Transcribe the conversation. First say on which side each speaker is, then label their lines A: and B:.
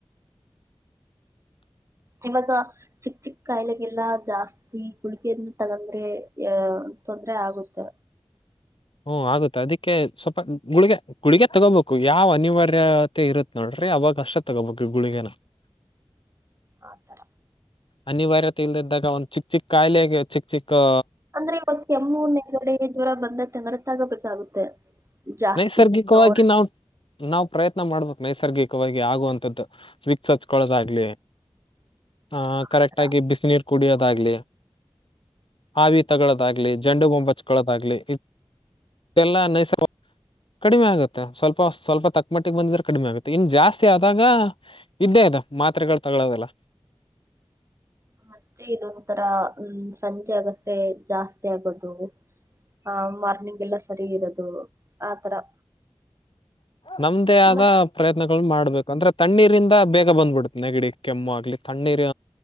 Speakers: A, on the left (about 80°); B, on the right (about 35°).
A: <inaudible>
B: ಇವಾಗ ಚಿಕ್ಕ ಚಿಕ್ಕ ಕಾಯಿಲೆಗೆಲ್ಲಾ ಜಾಸ್ತಿ. ಈ ಗುಳಿಕಿಯನ್ನು ತಗಂದ್ರೆ ಅ ತೊಂದ್ರ ಆಗುತ್ತೆ.
A: ಹ್ಮ ಆಗುತ್ತೆ ಅದಿಕ್ಕೆ ಸ್ವಲ್ಪ ಗುಳಿಗೆ. ಗುಳಿಗೆ ತಗೋಬೇಕು ಯಾವ್ ಅನಿವಾರ್ಯತೆ ಇರುತ್ ನೋಡ್ರಿ ಅವಾಗ ಅಷ್ಟೇ ತಗೋಬೇಕು ಗುಳಗೆನ. <inaudible>
B: ಆತರ
A: ಅನಿವಾರ್ಯತೆ ಇಲ್ದಿದ್ದಾಗ ಒಂದು ಚಿಕ್ ಚಿಕ್ಕ ಕಾಯಿಲೆಗೆ ಚಿಕ್ ಚಿಕ್ಕು.
B: ಅಂದ್ರೆ ಇವತ್ತು ಕೆಮ್ಮೂ ನಗಡೆ ಜ್ವರ ಬಂದ ತಂದ್ರೆ ತಗೋಬೇಕಾಗುತ್ತೆ. ಜಾಸ್ತಿ
A: ನೈಸರ್ಗಿಕವಾಗಿ
B: ಜೋರಾಗಿ.
A: ನಾವು. ನಾವು ಪ್ರಯತ್ನ ಮಾಡ್ಬೇಕು ನೈಸರ್ಗಿಕವಾಗಿ ಆಗುವಂತದ್ದು ವಿಕ್ಸ ಹಚ್ಕೊಳೋದಾಗ್ಲಿ. ಹ
B: ಆ
A: ಕರೆಕ್ಟ್
B: ತರ.
A: ಆಗಿ ಬಿಸ ನೀರು ಕುಡಿಯೋದಾಗ್ಲಿ. ಆವಿಿ ತಗಳದಾಗ್ಲಿ ಜಂಡು ಬೊಂಬಚ್ಗಳದಾಗ್ಲಿ ಎಲ್ಲ ನೈಸರ್ಗ ಕಡಿಮೆ ಆಗುತ್ತೆ ಸ್ವಲ್ಪ ಸ್ವಲ್ಪ ತಕ್ಮಟ್ಟಿಗೆ ಬಂದಿದ್ರೆ ಕಡಿಮೆ ಆಗುತ್ತೆ ಇನ್ನು ಜಾಸ್ತಿ ಆದಾಗ ಇದ್ದೇ ಅದು ಮಾತ್ರೆಗಳು ತಗಳೋದಲ್ಲ
B: ಮತ್ತೆ ಇದೊಂಂತರ ಹ್ಮ ಸಂಜೆ ಆಗಸ್ರೆ ಜಾಸ್ತಿ ಆಗೋದು ಹಾ ಮಾರ್ನಿಂಗ ಎಲ್ಲ ಸರಿ ಇರೋದು ಆತರ
A: ನಮ್ದೇ ಆದ
B: ಮತ್ತ
A: ಪ್ರಯತ್ನ ಮಾಡ್ಬೇಕು ಅಂದ್ರೆ ತಣ್ಣೀರಿಂದ ಬೇಗ ಬಂದ್ಬಿಡ್ತ ನೆಗಿಡಿ ಕೆಮ್ಮು ಆಗ್ಲಿ ತಣ್ಣೀರ್